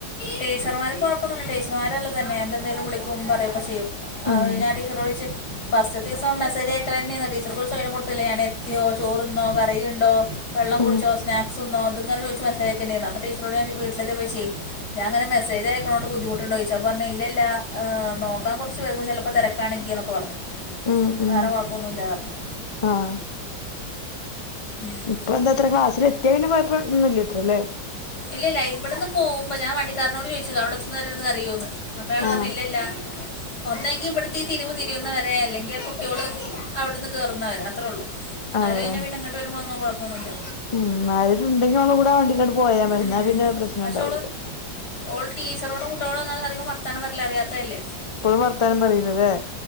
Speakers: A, on the left; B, on the left.
A: ടീച്ചർമാർക്ക് കൊഴപ്പൊന്നുല്ല ടീച്ചർമാരല്ലേ തന്നെ എന്തുണ്ടേലും വിളിക്കും പറയെക്കെ ചെയ്യും ആഹ്
B: ഉം
A: ഞാൻ ടീച്ചറോട്ദിച്ച് പസ്റ്റ്ത്തെദിസം മെസേജ് ആയ്ക്കലന്നെനു ടീച്ചർക്ക് ഒരു സ്വയ്ര്യം കൊടുത്തില്ല ഞാന് എത്തിയോ ചോറ്ന്നോ കറിയുണ്ടോ വെള്ളം കുടിച്ചോ
B: ഉം
A: സ്നാക്സ്ന്നോ ഇത്ങ്ങനെ ചോയിച്ച് മെസേജ് അയ്ക്കന്യാനു അപ്പ ടീച്ചറോട് ഞാന് വീട്ടിലെത്തിയപ്പോയിച്ചോ ഞാ ഇങ്ങനെ മെസോജയ്ക്ക്ണോണ്ട് ബുദ്ധിമുട്ട്ണ്ടോ ചോയിച്ച് അപ്പറഞ്ഞ് ഇല്ല ഇല്ല ആഹ് നോക്കാൻ കൊറച്ച് വൈകും ചെലപ്പോ തെരക്കാണങ്കിന്നെക്കെ പറഞ്ഞു
B: ഉം
A: വേറെ
B: ഉം
A: കൊഴപ്പൊന്നുല്ലറഞ്ഞു
B: ആഹ്
A: ഉം.
B: ഇപ്പൊ എന്ത അത്ര ക്ലാസില് എത്യോന് കൊയപ്പന്നുല്ല അത്രല്ലേ
A: ഇല്ലല്ല ഇവിടന്ന് പോവുമ്പോ ഞാൻ വണ്ടിക്കാരനോട് ചോയിച്ചത അവിടന്ന് ഒരുത് അറിയോന്ന് അപ്പയാള് പറഞ്ഞ്
B: ആഹ്
A: ഇല്ലല്ല ഒന്നെങ്കിൽ ഇവിടത്തെ തിരിവ് തിരിയുന്നവരെ അല്ലെങ്കിൽ ആ കുട്ട്യോള് അവിടന്ന് കേറുന്നവരെ അത്രള്ളു അത്
B: അതെ
A: കഴിഞ്ഞാ പിന്നെ ഇങ്ങട്ട് വരുമ്പളെന്നും കൊഴപ്പല്ല
B: ഉം ആരെലും ഇണ്ടങ്കിൽ അവളുടെ കൂടെ വണ്ടിലാണ്ട് പോയാ മതി
A: ഉം.
B: ന്നാ പിന്നെ പ്രശ്നണ്ടാവൂല
A: പക്ഷെ ഓള് ടീച്ചറോടും കുട്ട്യോളോടെന്നും അധികം വർത്താനം പറീല അറിയാത്തല്ലേ
B: ഇപ്പഴും വർത്താനും പറീലല്ലേ